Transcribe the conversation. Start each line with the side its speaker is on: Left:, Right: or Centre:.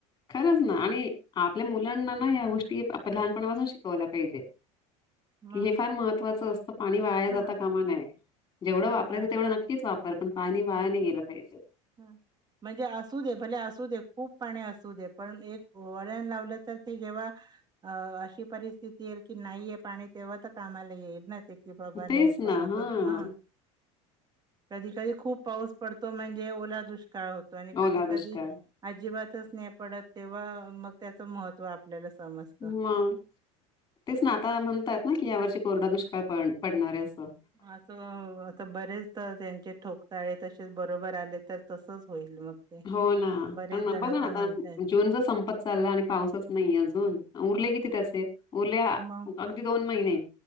Left: खरंच ना आणि आपल्या मुलांना ना या गोष्टी आपण लहानपणापासून शिकवल्या पाहिजे
Right: मग
Left: कि हे फार महत्वाचं असतं पाणी वाया जाता
Right: हा
Left: कामानय जेवढं
Right: हो
Left: वापरायचं
Right: का
Left: तेवढं नक्कीच वापर पण पाणी वायाने गेलं पाहिजे
Right: हम म्हणजे असू दे भले असू दे खूप पाणी असू दे पण एक वळण लावलं तर ते जेव्हा अ अशी परिस्थिती आहे की नाहीय पाणी तेव्हा तर कामाला येईल ना ते कि बाबा
Left: तेच
Right: नाही
Left: ना
Right: प अस
Left: हां
Right: हा कधी कधी खूप पाऊस पडतो म्हणजे ओला दृष्ट काळ होतो आणि कधी
Left: ओला दुष्काळ
Right: कधी अजिबात पत तेव मग त्याच महत्व आपल्याला समजतं.
Left: म तेच ना आता म्हणतायत ना की यावरची कोरडा दुष्काळ पडणारे अस
Right: असं अस बरेच त्यांचे ठोकताय त बरो आच होईल मग ते
Left: हो ना
Right: बरेच
Left: कार
Right: जण
Left: बघा ना
Right: तर
Left: आता
Right: म्हणतायत
Left: जून ज संपत चालला आणि पाऊसच नाही अजून उरले किती त्याचे उरले
Right: मग
Left: अगदी दोन महिने